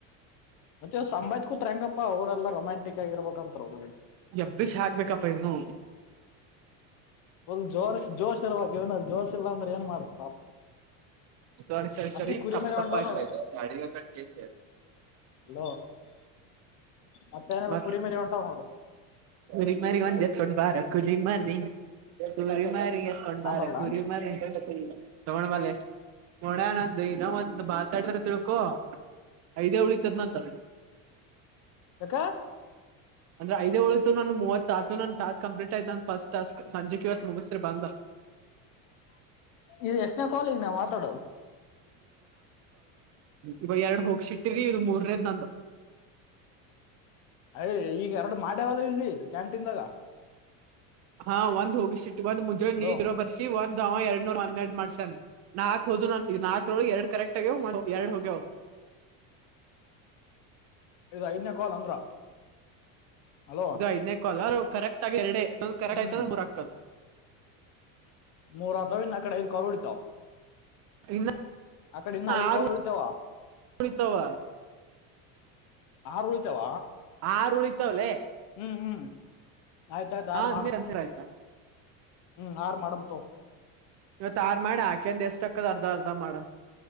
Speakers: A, on the left; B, on the right.
A: ಮತ್ತೆ ಸಂಂಬಾಜತ್ ಕೂತ್ಂಗ ಅಪ್ಪಾ ಅವ್ರಲ್ಲ ರೊಮ್ಯಾಂಟಿಕ್ ಆಗಿರ್ಬೇಕಂತ ಅವ್ರ
B: ಎಬ್ಬಿಸಿ ಹಾಕ್ಬೇಕಪ್ಪ ಇವ್ನು
A: ಲ್ ಜೋರ್ ಜೋಶ ಇರ್ವ ಇವ್ನಲ್ಲಿ ಜೋರ್ಶ ಇಲ್ಲಾ ಅಂದ್ರೆ ಏನ್ ಮಾಡ್ತ ಪಾಪ
B: ಸರಿ ಸರಿ ಸರಿ
A: ಅತ್ತಿ ಕುರಿ
B: ತಪ್ಪ
A: ಮರಿ
B: ತಪ್ಪ
A: ಹೊಂಟಾವ್
B: ಆಯ್ತಾ
A: ನೋಡು
B: ಗಾಡಿ ಕ
A: ಹಲೋ ಮತ್ತೇನ
B: ಮತ್
A: ಕುರಿ ಮರಿ ಹೊಂಟಾವ್ ನೋಡು
B: ಗರಿಗ ಮರಿಗ ಒಂದತ್ಕೊಂಡ ಬಾರ ಕುರಿ ಮರಿ ಕುರಿ ಮಾರಿ ಎತ್ಕೊಂಡ್
A: ತಾಂಬರ್ಲಾ
B: ಬಾರ ಕುರಿ ಮರಿ ತಗೊಂಡ ಮಲೆ ಮಣ್ಯ ನಂದು ಇಲ್ಲ ಒಂದು ಮಾತಾಡ್ತಾರ ತಿಳ್ಕೊ ಐದೇ ಉಳಿ ಚದನಂತ
A: ಯಾಕ್
B: ಅಂದ್ರ ಐದೇ ಉಳು ಮೂವ ಆತು ಾಸ್ಕ್ ಕಂಪ್ಲೀಟ್ ಆ್ತ ನ ಫಸ್ಟ್ ಸ್ಕ ಸಜೆ ಕಿವತ್ ಮುಗಸತ್ರೆ ಬಾ
A: ಇದು ಎಷ್ಟನೇ ಕಾಲ್ ಈಗ ನಾವ್ ಮಾತಾಡೋದು
B: ಇವ ಎರಡ್ ಹೋಗಸಿಟ್ಟಿರಿ ಇದು ಮೂರನೇದ ನಂದ
A: ಅಯ ಈಗ ಎರಡು ಮಾಡ್ಯವಲ್ಲ ಇಲ್ಲಿ ಕ್ಯಾಂಟೀನ್ದಾಗ
B: ಹಾ ಒಂದ್ ಹೋಗಿಸಿಟ್ಟು ಬಂದ್ ಮುಂಜಳೆ
A: ಹಲೋ
B: ನೀ್ರ ಬರ್ಸಿ ಒಂದ್ ಎರಡ್ ನೂರ್ ಹನ್ನೆರಡು ಮಾಡ್ಸನ್ ನಾಕ್ ಹೋದು ನ ನಾಕಕ್ ನೋಳ ಎರಡ್ ಕರೆಕ್ಟ್ ಆಗ್ಯವ ಎರಡ್ ಹೋಗ್ಯವ್ <inaudible>
A: ಇದ ಐದನೇ ಕಾಲ್ ಅಂದ್ರ ಹಲೋ
B: ಇದು ಐದನೇ ಕಲರ್ ಕರೆಕ್ಟ್ ಆಗ ಎರಡ ಕರೆಕ್ಟ್
A: ಹ್ಮ್
B: ಆಯ್ತದ ಮುರಾಕ್ಕ
A: ಮೂರ್ ಆತಾವ ಇನ್ ಕಡೆ ಐದ್ ಕಳಿತಾವ
B: ಇನ್ನ
A: ಆ ಕಡೆ ಇನ್ನ ಐದು
B: ಆರು
A: ಕಾಲು ಉಳಿತಾವ
B: ಉಳಿತಾವ
A: ಆರು ಉಳತಾವ
B: ಆರು ಉಳಿತವಲ್ಲೇ
A: ಹ್ಮ್ ಹ್ಮ್ ಆಯ್ತಾಯ್ತು ಯಾರು
B: ಹಾ
A: ಮಾಡ
B: ನಿನ್ನೆ ಕನ್ಸಿಡರ್ ಆಯ್ತ
A: ಹ್ಮ್ ಆರ ಮಾಡಡಮ ತ
B: ಇವತ್ ಆರ ಮಾಡ ಆಕೆಂದ ಎಷ್ಟ ಅಕ್ಕದ್ ಅರ್ಧ ಅರ್ಧ ಮಾಡ